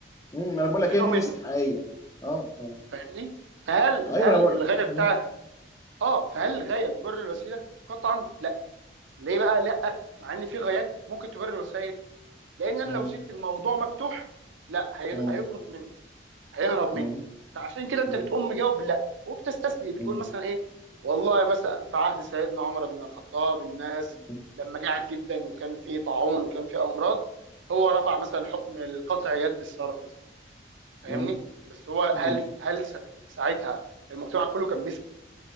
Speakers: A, on the left; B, on the right.
A: مم. ما انا بقول لك
B: مخنوق
A: هي دي الاستحقاقية
B: منه
A: اه اه
B: فاهمني فهل
A: ايوه
B: هل
A: ما انا بقول
B: الغايه بتاع
A: مم.
B: اه فهل الغايه تبرر الوسيله قطعا لا. ليه بقى لا مع ان في غايات ممكن تبرر الوسائل لان انا
A: مم.
B: لو سبت الموضوع مفتوح لا هي-
A: مم.
B: هيفرط مني هيهرب مني
A: مم.
B: فعشان كده انت
A: مم.
B: بتقوم مجاوب لا وبتستثني بتقول
A: مم.
B: مثلا ايه والله مثلا في عهد سيدنا عمر بن الخطاب الناس
A: مم.
B: لما جاعت جدا وكان في طاعون وكان في امراض هو رفع مثلا حكم قطع يد السارق مثلا فاهمني
A: مم.
B: بس هو
A: مم.
B: هل هل سا- ساعتها المجتمع كله كان